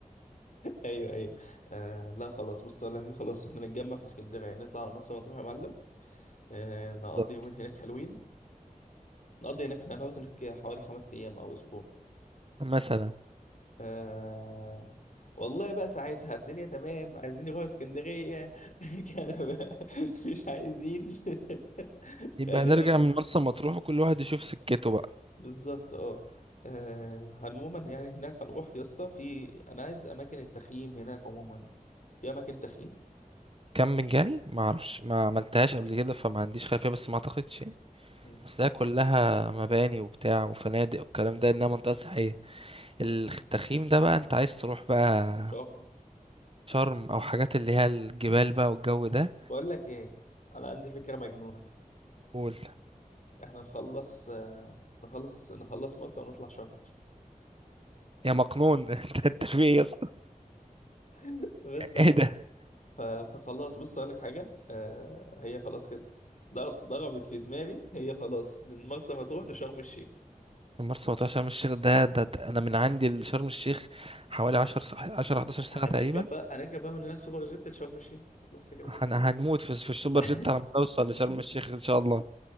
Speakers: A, on the left; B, on the right.
A: ايوه ايوه آه لا خلاص بص اقول لك إيه، خلاص احنا نتجمع في اسكندريه نطلع على مرسى مطروح يا معلم آه نقضي
B: بالظبط.
A: يومين هناك حلوين نقضي هناك احنا هنقعد هناك حوالي خمس ايام او اسبوع
B: مثلا
A: آه والله بقى ساعتها الدنيا تمام عايزين يروحوا اسكندرية <laughs> كان بقى مش عايزين <laughs>
B: يبقى
A: خلينا
B: نرجع من مرسى مطروح وكل واحد يشوف سكته بقى
A: بالظبط اه آه، عموما يعني هناك هنروح يا اسطى في انا عايز اماكن التخييم هناك عموما في اماكن تخييم
B: كم مجاني ما اعرفش ما عملتهاش قبل كده فما عنديش خلفيه بس ما اعتقدش يعني
A: مم.
B: اصل هي كلها مباني وبتاع وفنادق والكلام ده انها منطقه سياحيه التخييم
A: مم.
B: ده بقى انت عايز تروح بقى
A: شرم
B: شرم او حاجات اللي هي الجبال بقى والجو ده
A: بقول لك ايه انا عندي فكرة مجنونة
B: قول
A: احنا نخلص آه، نخلص نخلص مرسى ونطلع شرم
B: يا مقنون <laughs> انت انت في ايه يا اسطى
A: <laughs> بس
B: ايه ده
A: ف- فخلاص بص اقول لك حاجه آه هي خلاص كده ض- ضربت في دماغي هي خلاص من مرسى مطروح لشرم الشيخ
B: مرسى مطروح شرم الشيخ ده, ده, ده انا من عندي لشرم الشيخ حوالي 10 ساعة- 10 11
A: هنركب
B: ساعه تقريبا
A: بقى هنركب بقى من هناك سوبر جيت لشرم الشيخ بس كده
B: هن-
A: خلص
B: هنموت في, في السوبر
A: <laughs>
B: جيت على ما نوصل لشرم الشيخ ان شاء الله